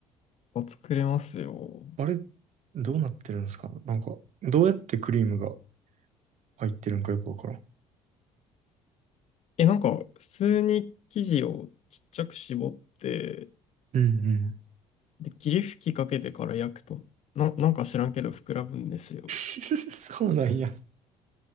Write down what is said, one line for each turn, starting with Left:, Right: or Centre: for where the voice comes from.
Left: あ、作れますよ。
Right: あれ、どうなってるんですかなんか、どうやってクリームが入ってるんかよくわからん。
Left: え、なんか、普通に生地をちっちゃく絞って、
Right: うんうん。
Left: で、霧吹きかけてから焼くと、な、なんか知らんけど膨らむんですよ。
Right: <laughs> そうなんや。